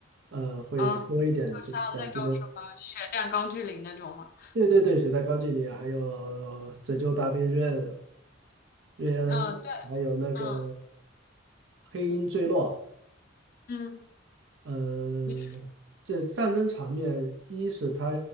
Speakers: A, on the right; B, on the left.
A: 呃，会多一点，
B: 嗯，就像那种什么《血战钢锯岭》那种嘛，
A: 就是感觉对对对，《血战高锯岭》，还有《拯救大兵瑞恩》瑞恩，
B: 嗯，对，
A: 还有那个
B: 嗯
A: 《黑鹰坠落》
B: 嗯，
A: 呃，
B: 你说，
A: 这战争场面，一是它